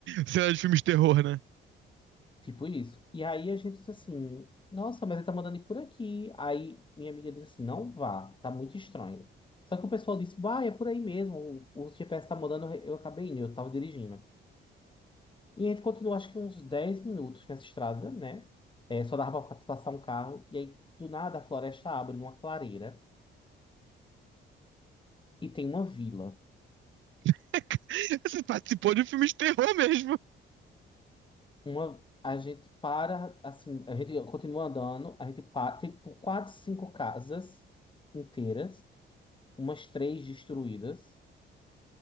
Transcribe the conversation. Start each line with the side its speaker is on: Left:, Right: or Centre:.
Right: Cena de filme de terror, né?
Left: Tipo isso. E aí a gente disse assim, nossa, mas ele tá mandando ir por aqui. Aí minha amiga disse assim, não vá, tá muito estranho. Só que o pessoal disse, bah, é por aí mesmo, o, o GPS tá mandando, eu acabei indo, eu tava dirigindo. E a gente continuou acho que uns 10 minutos nessa estrada, né? É, só dava pra passar um carro. E aí, do nada, a floresta abre numa clareira e tem uma vila.
Right: <laughs> Você participou de um filme de terror mesmo.
Left: Uma, a gente para, assim, a gente continua andando, a gente para, tem tipo, quatro, cinco casas inteiras. umas três destruídas,